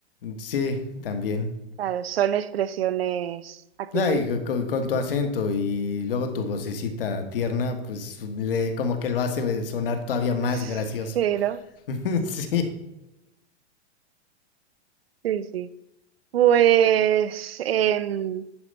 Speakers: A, on the left (about 55°); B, on the right (about 60°).
A: Sí, también.
B: Claro, son expresiones aquí
A: Ay,
B: muy...
A: co- con, tu acento y luego tu vocecita tierna, pues le, como que lo hace sonar todavía más
B: <laughs>
A: gracioso.
B: Sí, ¿no?
A: <laughs> Sí,
B: Sí, sí. Pues... em,